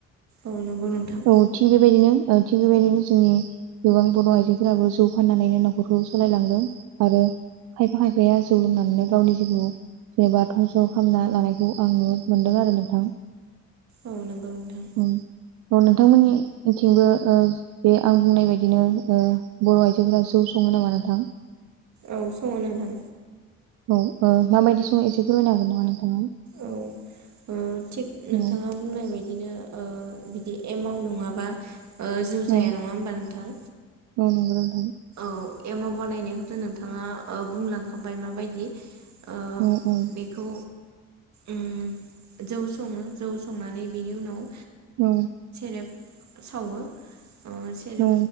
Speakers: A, on the right; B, on the right.
A: औ नंगौ नोंथां
B: औ थिग बेबायदिनो ओ थिग बेबायदिनो जोंनि गोबां बर' आइजोफोराबो जौ फाननानैनो न'खरखौ सालायलांदों। आरो खायफा खायफाया जौ लोंनानैनो गावनि जिउखौ जेनेबा धंस' खामना लानायखौ आं नुनो मोनदों आरो नोंथां।
A: औ नंगौ नोंथां
B: औ औ नोंथांमोननिथिंबो ओ बे आं बुंनाय बायदिनो ओ बर' आइजोफोरा जौ सङो नामा नोंथां?
A: औ सङो नोंथां
B: औ ओ माबायदि सङो एसे फोरमायनो हागोन नामा नोंथाङा?
A: औ ओ थिग नोंथाङा
B: औ
A: बुंनाय बायदिनो ओ बिदि एमाव नङाबा ओ जौ जाया
B: औ
A: नङा होमबा नोंथां?
B: औ नंगौ नोंथां
A: औ एमाव बानायनायखौथ' नोंथाङा ओ बुंलांखाबाय माबायदि ओ
B: उम उम
A: बेखौ उम जौ सङो जौ संनानै बिनि उनाव
B: औ
A: एब सावो अ सेरेब
B: औ